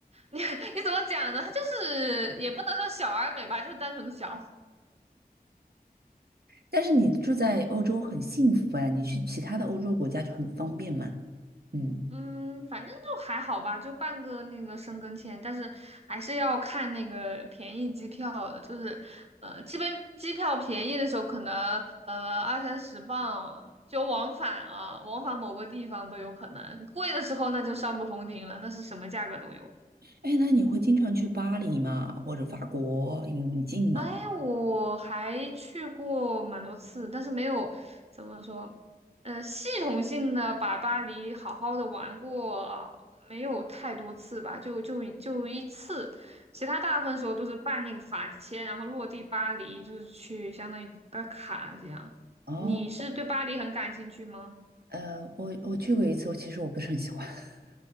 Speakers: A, on the right; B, on the right.
A: <laughs> 你你怎么讲呢？它就是也不能说小而美吧，就是单纯的小。
B: 但是你住在欧洲很幸福啊，你去其他的欧洲国家就很方便嘛。嗯，
A: 嗯，反正就还好吧，就办个那个申根签，但是还是要看那个便宜机票的，就是呃，这边机票便宜的时候可能呃二三十磅啊就往返啊，往返某个地方都有可能，贵的时候那就上不封顶了，那是什么价格都有。
B: 哎，那你会经常去巴黎吗？或者法国，因为很近嘛。
A: 哎，我还去过蛮多次，但是没有怎么说，呃，系统性的把巴黎好好的玩过，没有太多次吧，就就就一次，其他大部分时候都是办那个法签，然后落地巴黎，就是去相当于打卡这样。
B: 哦，
A: 你是对巴黎很感兴趣吗？
B: 呃，我我去过一次，我其实我不是很喜欢。<laughs>